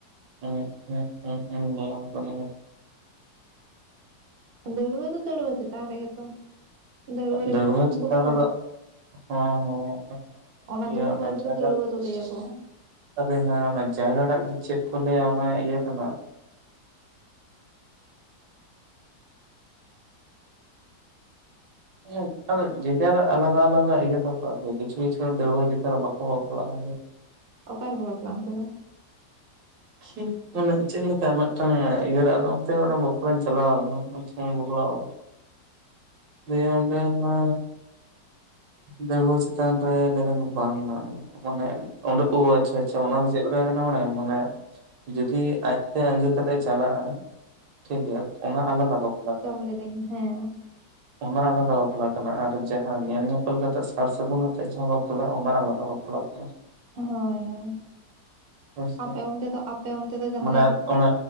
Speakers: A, on the right; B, on the right.
A: ᱮᱸᱜ ᱻ ᱮᱸᱜᱻ ᱮᱸᱜᱻ ᱵᱟᱝ ᱠᱟᱱᱟ
B: ᱫᱟᱹᱲᱩᱣᱟᱹ ᱫᱚ ᱫᱟᱹᱲᱩᱣᱟᱹ ᱪᱮᱛᱟᱱ ᱨᱮᱜᱮ ᱛᱚ ᱫᱟᱹᱲᱣᱟᱹ ᱨᱮᱜᱮ
A: ᱫᱟᱹᱲᱩᱣᱟᱹ
B: ᱠᱚ ᱛᱩᱞ
A: ᱪᱮᱛᱟᱱ
B: ᱠᱚᱫᱚ
A: ᱨᱮᱫᱚ ᱦᱚᱸ- ᱦᱚᱸ
B: ᱚᱱᱟ
A: ᱤᱭᱟᱹ
B: ᱫᱩᱲᱩᱵᱟᱜ
A: ᱚᱱᱮ
B: ᱜᱮᱛᱚ
A: ᱡᱟᱭᱜᱟ
B: ᱫᱟᱹᱲᱣᱟᱹ ᱫᱚ ᱞᱟᱹᱭᱟᱠᱚ
A: -- ᱡᱟᱭᱜᱟ ᱴᱟᱜ ᱪᱮᱫ ᱠᱚ ᱞᱟᱹᱭᱟ ᱚᱱᱟ ᱤᱭᱟᱹ ᱠᱟᱱᱟ ᱦᱮᱸ ᱟᱫᱚ ᱡᱮᱡᱷᱟᱨ ᱟᱞᱟᱫᱟ -ᱟᱞᱟᱫᱟ ᱤᱭᱟᱹ ᱛᱚᱠᱚ ᱠᱤᱪᱷᱩ- ᱠᱤᱪᱷᱩ ᱫᱚ ᱫᱟᱹᱲᱣᱟᱹ ᱪᱮᱛᱟᱱ ᱨᱮ ᱵᱟᱠᱚ ᱵᱟᱯᱞᱟᱜ-ᱟ᱾
B: ᱚᱠᱟ ᱨᱮᱠᱚ ᱵᱟᱯᱞᱟᱜ-ᱟ ᱩᱱᱠᱩ ᱫᱚ?
A: ᱠᱷᱤ ᱢᱟᱱᱮ ᱪᱮᱫ ᱞᱮᱠᱟ ᱢᱤᱫᱴᱟᱝ ᱤᱭᱟᱹᱨ ᱟᱞᱚ ᱚᱱᱛᱮ ᱢᱤᱫᱴᱟᱝ ᱵᱟᱯᱞᱟᱧ ᱪᱟᱞᱟᱣ ᱞᱮᱱᱟ ᱵᱟᱯᱞᱟ ᱚᱲᱟᱜ ᱫᱟᱹᱭ ᱚᱸᱰᱮᱢᱟ ᱫᱟᱹᱲᱣᱟᱹ ᱪᱮᱛᱟᱱ ᱨᱮ ᱞᱮᱵᱮᱫᱚᱜ ᱵᱟᱝ-ᱟ ᱢᱟᱱᱮ ᱚᱸᱰᱮ ᱚ ᱟᱪᱷᱟ- ᱟᱪᱷᱟ ᱚᱱᱟ ᱫᱚ ᱪᱮᱫ ᱞᱮᱠᱟ ᱟᱠᱟᱱᱟ ᱵᱟᱲᱟᱭᱟᱢ ᱢᱟᱱᱮ ᱡᱩᱫᱤ ᱟᱡᱛᱮ ᱟᱜᱤᱨ ᱠᱟᱛᱮᱜ ᱮ ᱪᱟᱞᱟᱜᱼᱟ ᱴᱷᱤᱠᱜᱮᱭᱟ ᱚᱱᱟ ᱟᱞᱟᱫᱟ ᱵᱟᱯᱞᱟ ᱠᱟᱱᱟ
B: ᱞᱟᱹᱭ ᱮᱫᱟᱹᱧ ᱦᱮᱸ
A: ᱚᱱᱟ ᱟᱞᱟᱫᱟ ᱵᱟᱯᱞᱟ ᱠᱟᱱᱟ ᱟᱨ ᱡᱟᱦᱟᱸ ᱧᱮᱞ ᱧᱮᱯᱮᱞ ᱠᱟᱛᱮᱜ ᱥᱟᱨ ᱥᱟᱹᱜᱩᱱ ᱟᱛᱮᱜ ᱡᱟᱦᱟᱸ ᱵᱟᱯᱞᱟᱜ ᱚᱱᱟ ᱟᱞᱟᱫᱟ ᱵᱟᱯᱞᱟ <inaudible>
B: ᱦᱳᱭ ᱦᱳᱭ
A: ᱦᱮᱸᱥᱮ
B: ᱟᱯᱮ ᱚᱱᱛᱮ ᱫᱚ ᱟᱯᱮ ᱚᱱᱛᱮ ᱫᱚ ᱡᱟᱦᱟᱸᱭ
A: ᱢᱟᱱᱮ ᱚᱱᱮ